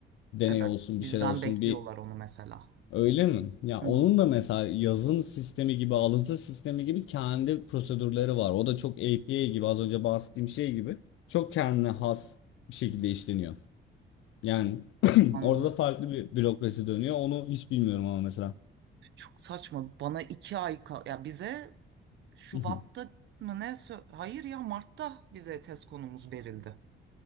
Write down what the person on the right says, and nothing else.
Evet,
bizden
bekliyorlar
onu mesela.
Hı
hı.
Anladım.
Çok saçma. Bana iki ay kal ya bize Şubat'ta
mı ne? sö- Hayır ya Mart'ta bize test konumuz verildi.